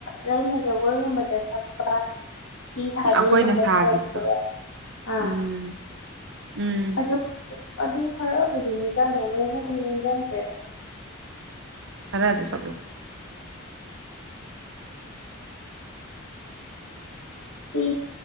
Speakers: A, on the left (about 75°); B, on the right (about 60°).
A: ꯂꯩꯃ ꯖꯒꯣꯏꯒꯨꯝꯕꯗ ꯁꯛꯄ ꯄꯤ ꯊꯥꯗꯣꯏꯒꯨꯝꯕ
B: ꯑꯩꯈꯣꯏꯅ ꯁꯥꯈꯤꯕꯗꯣ
A: UNINTELLIGIBLE ꯑꯥ
B: ꯎꯝ ꯎꯝ
A: ꯑꯗꯨ ꯑꯗꯨ ꯈꯔꯕꯨꯗꯤ ꯅꯤꯡꯖꯪꯉꯦ ꯂꯣꯏꯅꯗꯤ ꯅꯤꯡꯖꯪꯗ꯭ꯔꯦꯗ
B: ꯈꯔꯗꯣ ꯁꯛꯂꯣ
A: ꯄꯤ